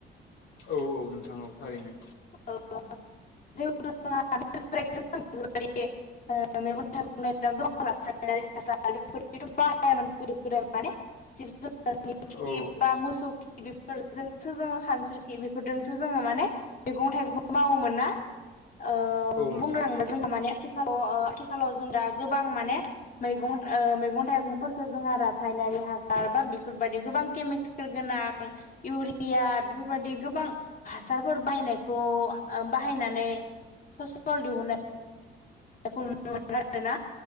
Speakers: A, on the left (about 80°); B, on the left (about 45°).
A: औ औ नोंथाङाव थारैनो।
B: <unintelligible> <unintelligible> <unintelligible>
A: औ
B: फोर जोंसो जोङो खानस्रिखि बेफोरजोंसो जोङो माने मैगं थाइगंखौ मावोमोन ना? ओ
A: औ औ नोंथां
B: बुंनो थांबा जोंहा माने आथि खालाव ओ आथिखालाव जों दा गोबां माने मैगं ओ मैगं थाइगंफोरखौ जोंहा रासायनारि हासार बा बेफोरबायदि गोबां खेमिखेल गोनां इउरिया बेफोरबायदि गोबां हासारफोर बाहायनायखौ बाहायनानै फसल दिहुननाय नुनो मोनो आरोना।